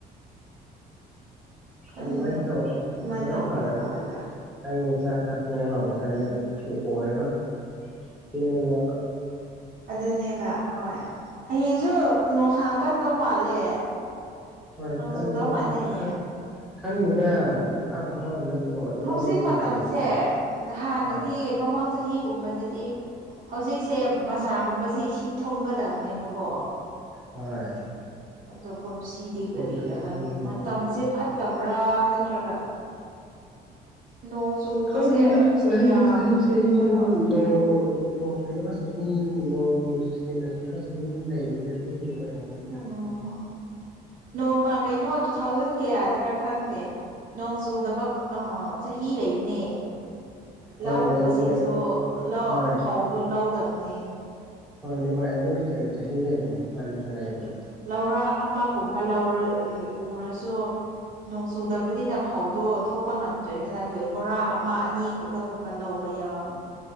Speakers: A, on the right (about 50°); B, in the centre.
A: ꯈꯪꯗꯦ
B: ꯑꯗꯨꯃꯥꯏꯅ ꯇꯧꯔꯣ
A: ꯑꯗꯨꯃꯥꯏꯅ
B: ꯑꯗꯨꯅ
A: ꯇꯧꯕꯅ
B: ꯐꯔꯅꯤ
A: ꯐꯒꯗ꯭ꯔꯥ
B: ꯑꯩ ꯆꯥꯛ ꯆꯥꯛ ꯇꯣꯛꯑꯒ ꯑꯃꯨꯛ ꯆꯠꯂꯗꯤ
A: ꯎꯝ
B: ꯅꯪ ꯑꯣꯏꯔꯔꯣꯏ ꯊꯦꯡꯉꯅꯦꯕ
A: ꯑꯗꯨꯅꯦꯕ ꯍꯣꯏ ꯍꯌꯦꯡꯖꯨ ꯅꯨꯡꯁꯥ ꯀꯟꯗꯧ ꯃꯥꯜꯂꯦ
B: ꯍꯣꯏ
A: ꯅꯣꯡ
B: ꯀꯟꯗꯧ
A: ꯆꯨꯗꯧ ꯃꯥꯟꯗꯦ
B: ꯃꯥꯜꯂꯦ
A: ꯍꯌꯦꯡ
B: ꯈꯪ ꯈꯪꯗꯦꯗ ꯑꯥ ꯃꯈꯥꯔꯣꯝꯗ ꯅꯣꯡ ꯏꯃꯝ
A: ꯍꯧꯖꯤꯛ
B: ꯃꯝ
A: ꯃꯇꯝꯁꯦ
B: ꯂꯥꯛꯏ ꯂꯥꯏꯍꯧ
A: ꯎꯝ ꯍꯥꯟꯅꯗꯤ
B: ꯍꯣꯏ
A: ꯃꯃꯥꯡ ꯆꯍꯤꯒꯨꯝꯕꯗꯗꯤ ꯍꯧꯖꯤꯛꯁꯦ ꯕꯖꯥꯔꯒꯨꯝꯕꯖꯦ ꯏꯁꯤꯡ ꯊꯨꯝꯒꯗꯕꯅꯦꯕꯀꯣ
B: ꯍꯣꯏ
A: ꯑꯗꯣ ꯀꯨꯝꯁꯤꯗꯤ
B: ꯏꯁꯤꯡꯁꯨ
A: ꯀꯔꯤꯔ
B: ꯊꯨꯝꯗꯦ
A: ꯈꯪꯗꯦ ꯃꯇꯝꯖꯦ ꯐꯠꯇꯕ꯭ꯔꯥ ꯅꯠꯇ꯭ꯔꯒ ꯅꯣꯡ ꯆꯨꯕꯁꯦ
B: ꯈꯪꯗꯦꯗ ꯆꯍꯤ
A: ꯌꯥꯝ
B: ꯆꯍꯤ ꯆꯍꯤ
A: ꯀꯩꯅꯣ
B: ꯑꯗꯨꯝ
A: ꯇꯧꯔꯦ
B: ꯅꯣꯡ ꯅꯣꯡ ꯆꯨꯗꯕ ꯆꯍꯤ ꯅꯣꯡ ꯍꯦꯟꯅ ꯆꯨꯕ ꯆꯍꯤ ꯑꯗꯨꯝ ꯂꯩꯕꯅꯦ ꯑꯗꯨꯒꯤ ꯑꯣꯏꯔꯝꯒꯅꯤꯗ
A: ꯑꯣ ꯅꯣꯡꯃ ꯀꯩꯅꯣ ꯇꯨꯊꯥꯎꯖꯟ ꯀꯌꯥꯗꯔꯥ ꯈꯪꯗꯦ ꯅꯣꯡ ꯆꯨꯗꯕ ꯑ ꯆꯍꯤ ꯂꯩꯕꯅꯦ
B: ꯍꯣꯏ
A: ꯂꯧ
B: ꯂꯩꯕꯅꯦꯕ
A: ꯎꯕꯁꯤꯡꯁꯨ ꯂꯧ
B: ꯍꯣꯏ
A: ꯐꯧꯗꯣ ꯂꯧꯗꯕꯅꯦ
B: ꯍꯣꯏ ꯑꯗꯨꯃꯥꯏ ꯑꯗꯨ ꯆꯍꯤ ꯆꯍꯤ ꯂꯩꯕꯅꯦ ꯃꯥꯅꯦ ꯃꯥꯅꯦ ꯂꯩꯕꯅꯦ
A: ꯂꯧꯔꯥꯛ ꯑꯃꯒꯨꯝꯕ ꯂꯧꯔ ꯎꯔꯁꯨ ꯅꯣꯡ ꯆꯨꯗꯕꯅꯤꯅ ꯐꯧꯗꯣ ꯊꯣꯛꯄ ꯉꯝꯗ꯭ꯔꯦꯗꯅ ꯑꯗꯨ ꯕꯣꯔꯥ ꯑꯃ ꯑꯅꯤ ꯈꯛꯇꯒꯨꯝꯕ ꯂꯧꯕ ꯌꯥꯎꯕꯅꯤ